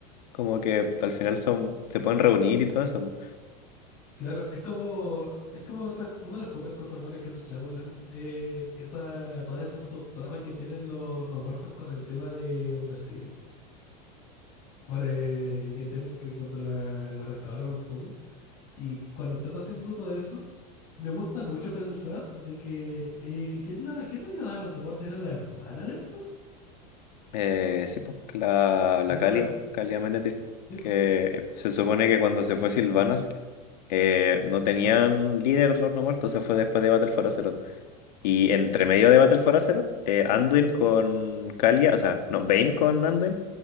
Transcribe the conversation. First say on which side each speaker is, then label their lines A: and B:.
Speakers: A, on the left; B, on the left.
A: como que al final son, se pueden reunir y todo eso. pues.
B: Claro, es como, es como esas, una de las pocas cosas buenas que hizo Shadowland, eh, esa, toda esa subtrama que tienen los no muertos con el tema de Undercity, para, eh, que tienen que cuando la, la restauraron un poco, y cuando están haciendo todo eso, me gusta mucho pensar de que, eh, ¿quién la, quién la ayudaba a los no muertos? ¿Era la hermana de Arthas?
A: Eh, sí, pues, la, la
B: Era
A: Calia,
B: la,
A: Calia Menethil,
B: sí,
A: que
B: po,
A: se supone que cuando se fue Sylvanas, eh, no tenían líder los no muertos, se fue después de Battle for Azeroth. Y entre
B: sí, po,
A: medio de Battle for Azeroth, eh, Anduin con Kalia, o sea, no, Vayne con Anduin,